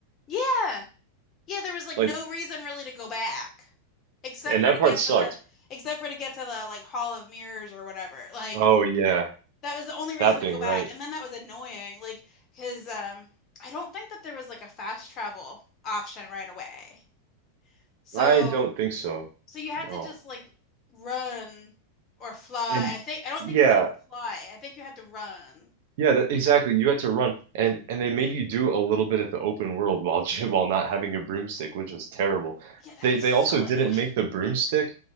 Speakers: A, on the left; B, on the right.
A: yeah. Yeah, there was like
B: Like
A: no reason really to go back except
B: And
A: for
B: that
A: to
B: part
A: get
B: sucked.
A: to the except for to get to the like Hall of Mirrors or whatever. Like
B: Oh yeah,
A: that was the only reason
B: that
A: to
B: thing,
A: go back.
B: right?
A: And then that was annoying. Like his um I don't think that there was like a fast travel option right away. So
B: I don't think so.
A: so you had
B: No.
A: to just like run or fly.
B: And
A: I think I don't
B: yeah,
A: think you could even fly. I think you had to run.
B: yeah, that, exactly. You had to run, and and they made you do a little bit of the open world while <laughs> j- while not having a broomstick, which was terrible.
A: Yeah, that
B: They
A: was
B: they
A: so
B: also didn't
A: annoying.
B: make the broomstick,